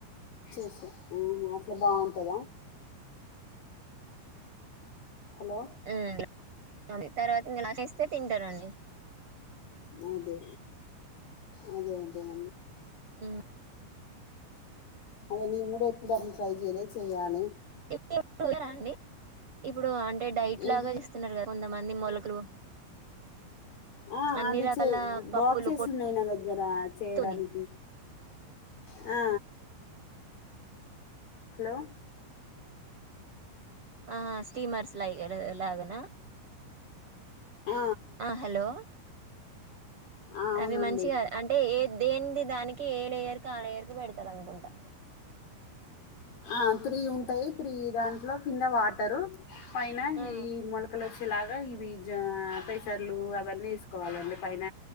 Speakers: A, on the left (about 50°); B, on the right (about 25°).
A: చూసా ఆ అట్లా బాగుంటందా హలో
B: హ్మ్. అది తర్వాత ఎస్తే తింటారండి
A: అదే అదే అదే హ
B: హ్మ్.
A: అదే నీను కూడా ఎప్పుడు అట్ల ట్రై చేయలే చేయ్యలి
B: <unintelligible> అండి ఇప్పుడు అంటే డైట్
A: ఏది
B: లాగా చేస్తున్నారు కదా కొంత మంది మొలకలు
A: ఆ
B: అన్ని
A: అది
B: రకాల
A: చే
B: పప్పులు
A: బాక్సెస్ ఉన్నాయి నా దగ్గర చేయడానికి
B: పొట్టుతోని
A: ఆ హలో
B: ఆ స్టీమర్స్ ల లాగనా
A: ఆ
B: ఆ హలో
A: ఆ, అవునండి
B: అవి మంచిగా అంటే ఏ దేంది దానికి ఏ లేయర్కి ఆ లేయర్కు పెడతారు అనుకుంటా
A: ఆ త్రీ ఉంటాయి త్రీ దాంట్లో కింద వాటరు పైన
B: ఆ
A: ఈ ఈ మొలకలొచ్చి లాగా ఇవి జ పెసర్లు ఇవన్నీ వేసుకోవాలి అందు పైన